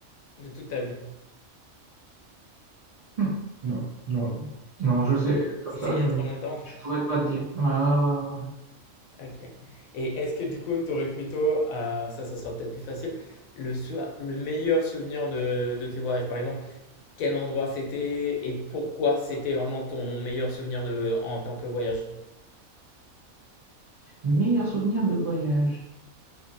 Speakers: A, on the left (about 80°); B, on the right (about 55°).
A: de toute ta vie?
B: Hmm. Non, non, non, je sais, comme
A: C'était
B: ça,
A: il
B: je,
A: y a trop
B: je,
A: longtemps.
B: je pourrais pas te dire. Ouais, ouais, ouais, ouais.
A: Ok. Et est-ce que du coup, tu aurais plutôt, euh, ça, ça sera peut-être plus facile, le, sou- le meilleur souvenir de, de tes voyages? Par exemple, quel endroit c'était et pourquoi c'était vraiment ton meilleur souvenir de, en tant que voyage?
B: Meilleur souvenir de voyage.